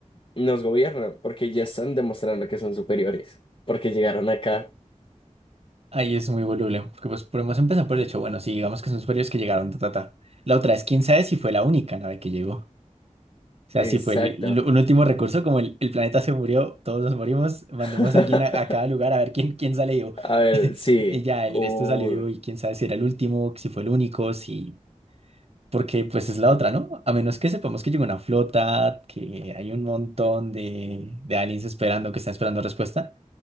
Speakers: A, on the left; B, on the right.
A: nos gobiernan, porque ya están demostrando que son superiores, porque llegaron acá.
B: Ahí es muy voluble, porque pues podemos empezar por el hecho, bueno, si digamos que son superiores que llegaron, ta, ta, ta. La otra es, quién sabe si fue la única nave que llegó. O sea,
A: Exacto.
B: si fue el, lo- un último recurso, como el, el planeta se murió, todos nos morimos, mandemos
A: <laughs>
B: a alguien a, a cada lugar a ver quién, quién sale vivo.
A: A ver,
B: <laughs>
A: sí.
B: Y ya, el,
A: Uy,
B: este salió vivo y quién sabe si era el último, si fue el único, si... Porque pues es la otra, ¿no? A menos que sepamos que llegó una flota, que hay un montón de, de aliens esperando, que están esperando respuesta